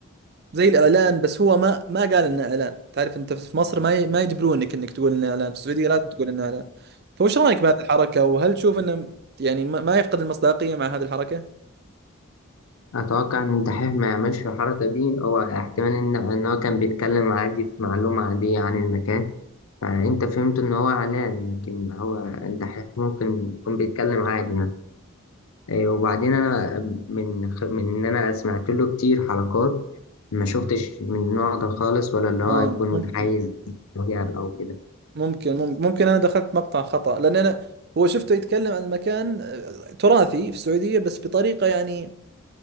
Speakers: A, on the right; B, on the left.
A: زي الاعلان بس هو ما ما قال انه اعلان تعرف انت في مصر ما ي... ما يجبرونك انك تقول انه اعلان في السعودية لازم تقول انه اعلان فوش رايك بهذه الحركة وهل تشوف انه يعني ما ما يفقد المصداقية مع هذه الحركة؟
B: أتوقع إن الدحيح ما يعملش الحركة دي هو احتمال إن إن هو كان بيتكلم عادي في معلومة عادية عن المكان فأنت فهمت إن هو علان لكن هو أنت حي- ممكن يكون بيتكلم عادي يعني إيه، وبعدين أنا من خ- من إن أنا سمعت له كتير حلقات ما شفتش من النوع ده خالص ولا اللي
A: اه
B: هو يكون متحيز
A: ممكن
B: ليها أو كده
A: ممكن ممكن ممكن انا دخلت مقطع خطأ لان انا هو شفته يتكلم عن مكان آه، تراثي في السعودية بس بطريقة يعني